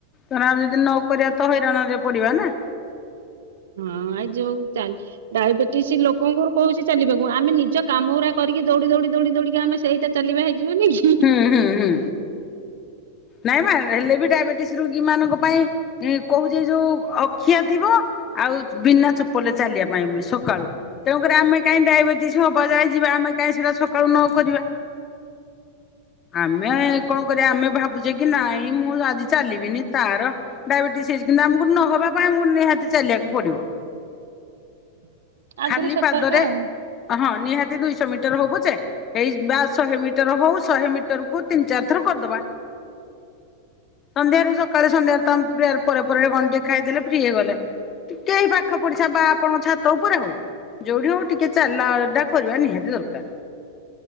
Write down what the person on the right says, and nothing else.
ହଁ ଆ ଯୋଉ ଚାଲ ଡାଇବେଟିସ ଲୋକଙ୍କୁ କହୁଛି ଚାଲିବାକୁ ଆମେ ନିଜ କାମ ଉରା କରିକି ଦୌଡି ଦୌଡି ଦୌଡି ଦୌଡିକା ଆମେ ସେଇଟା ଚାଲିବା ହେଇଯିବନି କି।
<inaudible> ଆଗରୁ
ସତର୍କ
ଆଉ